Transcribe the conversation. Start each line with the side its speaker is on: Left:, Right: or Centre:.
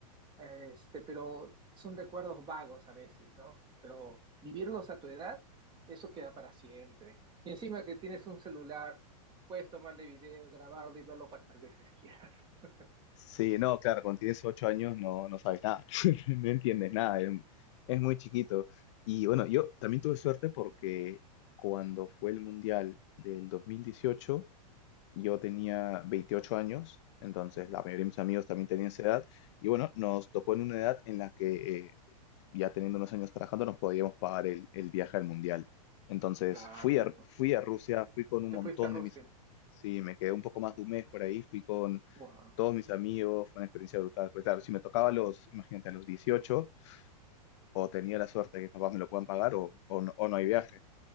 Right: Este, pero son recuerdos vagos a veces, ¿no? Pero vivirlos a tu edad, eso queda para siempre. Y encima que tienes un celular, puedes tomarle video, grabarlo y verlo cuantas veces quieras. <laughs>
Left: Sí, no, claro, cuando tienes ocho años no, no sabes nada, <laughs> no entiendes nada, es, es muy chiquito. Y bueno, yo también tuve suerte porque cuando fue el Mundial del 2018, Yo tenía 28 años, entonces
Right: Ujú,
Left: la mayoría de mis amigos también tenían esa edad. Y bueno, nos tocó en una edad en la que eh, ya teniendo unos años trabajando nos podíamos pagar el, el viaje al mundial. Entonces
Right: Claro.
Left: fui a, fui a Rusia, fui con un
Right: Te
Left: montón
Right: fuiste a Rusia.
Left: de mis... Sí, me quedé un poco más de un mes por ahí, fui con
Right: Wow.
Left: todos mis amigos, fue una experiencia brutal. Porque claro, si me tocaba a los, imagínate, a los 18, o tenía la suerte de que mis papás me lo puedan pagar o, o no, o no hay viaje,